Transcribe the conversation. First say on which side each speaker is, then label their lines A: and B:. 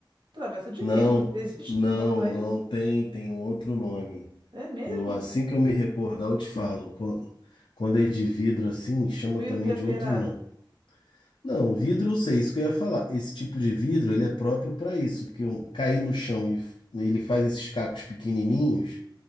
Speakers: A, on the right; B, on the left.
A: Travessa de
B: Não,
A: vidro. <laughs> Existe
B: não,
A: outro nome para
B: não
A: isso?
B: tem, tem um outro nome.
A: É mesmo?
B: Eu, assim que eu me recordar, eu te falo. Quan- Quando é de vidro assim, chama
A: Vidro
B: também
A: temperado.
B: de outro nome. Não, vidro eu sei, isso que eu ia falar. Esse tipo de vidro, ele é próprio para isso, porque um, cair no chão e f- ele faz esses cacos pequenininhos.